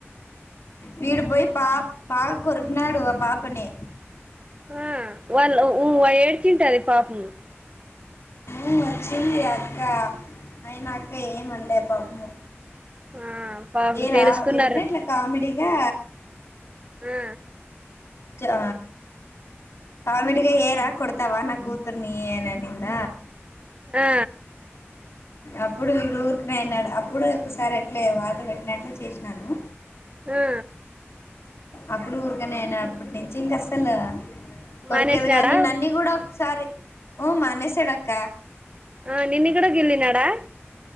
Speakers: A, on the left; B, on the right.
A: వీడు పోయి పా బా కొరికినాడు పాపని
B: ఆ వాళ్ళు ఉ ఏడిచి ఉంటది పాపము
A: ఉ వచ్చింది అక్క అయినా అక్క ఏమనలే పాపము
B: ఆ పాపం
A: ఏరా
B: తెలుసుకున్నారు
A: ఉరుకునే ఇట్లా కామెడిగా
B: ఆ
A: చా కామిడిగా ఏరా కొడతావా నా కూతుర్ని ననింద
B: ఆ
A: అప్పుడు వీడు ఊరికినే అనాడు అప్పుడు ఒకసారి ఎట్లే వాత పెట్టినట్లు చేసినాను
B: ఆ
A: అప్పుడు రిటనయన అప్పటినుంచి ఇంక అసలు కొరికేది
B: మానేసినాడా
A: కానీ నన్నీ కూడా సార ఉ మానేశాడక్క
B: ఆ నిన్ను కూడా గిల్లినాడా